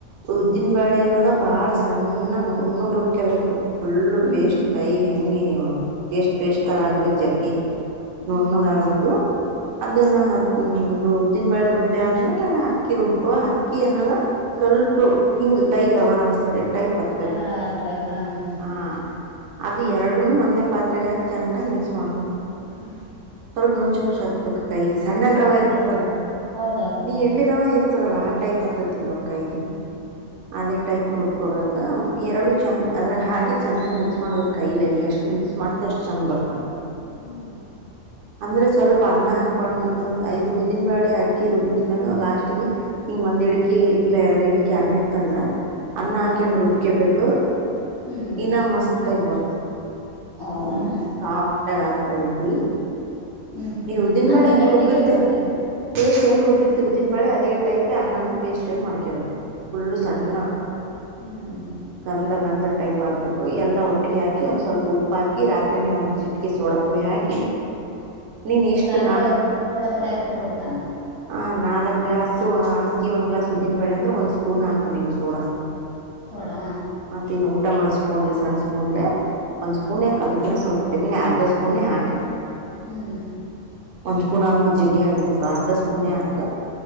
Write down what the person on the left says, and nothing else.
ಹ್ಮ್
ಹ್ಮ್
ರವರವ ಹತ್ಬೇಕ ಹಾ ಹಾ
ಹ್ಮ್ಮ್.
ಹಾ ಹೌದೌದು
ಹೌದೌದೌದು
ಹ್ಮ
ಹ್ಮ್
ಹ್ಮ.
ನಾನ್ ವೆಜ್
ಹ್ಮ್
ಹೌದಾನ
ಹ್ಮ್ ಹ್ಮ್
ಅಂದ್ರೆ
ಗಟ್ಟಿಗೆ
ಇಡ್ಬೇಕೇನ್
ಹ್ಮ್ಮ.
ರಾತ್ರಿ ಅವ ಉಪ್ಪಿನ್ ಸೋಡಾ ಪುಡಿ ಹಾಕಿ ಇಟ್ಟಡ್ಬೇಕನ
ಸೋಡಾ
ಹ್ಮ್
ಹ್ಮ.